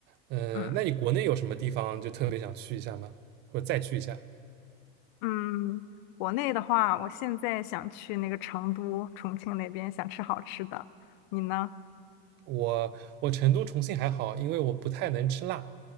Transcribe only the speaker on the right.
呃，
那你国内有什么地方就特别想去一下吗？或者再去一下？
我我成都、重庆还好，因为我不太能吃辣，